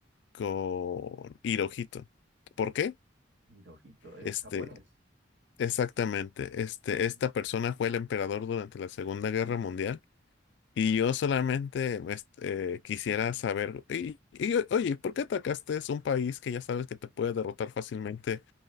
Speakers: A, on the left; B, on the right.
A: con Hirohito. ¿Por qué?
B: Hirohito, eh,
A: Este,
B: japonés.
A: Exactamente, este,
B: Oh,
A: esta persona fue el emperador durante la Segunda Guerra Mundial y yo solamente este, eh, quisiera saber, y, y, o- oye, ¿por qué atacaste Es un país que ya sabes que te puede derrotar fácilmente